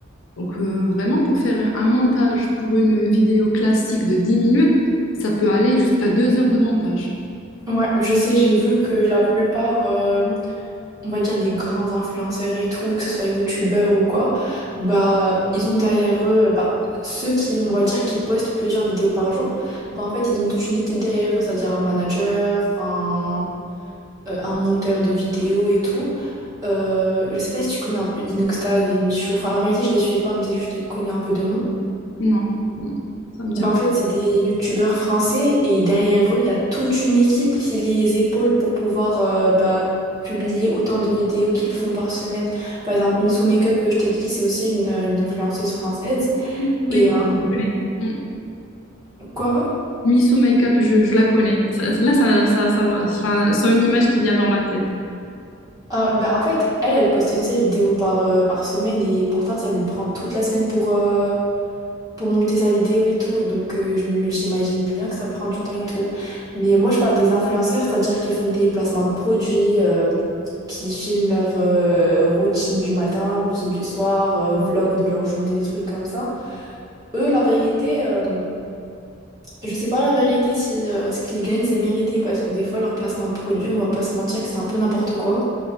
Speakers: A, on the left; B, on the right.
A: Donc euh, vraiment, pour faire un montage pour une vidéo classique de 10 minutes, ça peut aller jusqu'à 2 heures de montage.
B: Ouais, je sais, j'ai vu que la plupart, euh, on va dire des grands influenceurs et tout, que ce soit youtubeurs ou quoi, bah ils ont derrière eux, bah ceux qui, on va dire, qui postent plusieurs vidéos par jour, bah en fait ils ont toute une équipe derrière eux, c'est-à-dire un manager, un, euh, un monteur de vidéos et tout. Euh, je sais pas si tu connais un peu Inoxtag et Michou, enfin la vérité je les suis pas, mais c'est juste que je les connais un peu de nom.
A: Non, Mm. ça me dirait.
B: Ben, en fait, c'est des youtubeurs français et derrière eux, il y a toute une équipe qui les épaule pour pouvoir euh, bah, publier autant de vidéos qu'ils font par semaine. Par exemple, Missou Makeup que je t'ai dit, c'est aussi une, euh, une influenceuse française.
A: Miso Makeup,
B: Et euh,
A: je connais. Mm.
B: quoi?
A: Miso Makeup, je, je la connais. Ça- là, ça, ça, ça, enfin, c'est une image qui vient dans ma tête.
B: Euh, ben, en fait, elle, elle poste une seule vidéo par, euh, par semaine et pourtant, ça lui prend toute la semaine pour, euh, pour monter sa vidéo et tout. Donc, euh, je m- j'imagine bien que ça prend du temps et tout. Mais moi, je parle des influenceurs, c'est-à-dire qu'ils font des placements de produits, euh, qui filment leur euh, routine du matin, routine du soir, euh, vlog de leur journée, des trucs comme ça. Eux, la vérité, euh, je sais pas la vérité si euh, ce qu'ils gagnent, c'est mérité, parce que des fois, leur placement de produits, on va pas se mentir que c'est un peu n'importe quoi.